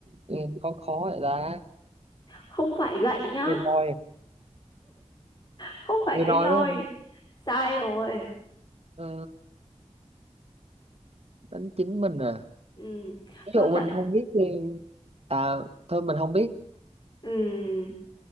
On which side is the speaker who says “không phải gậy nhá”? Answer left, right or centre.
Left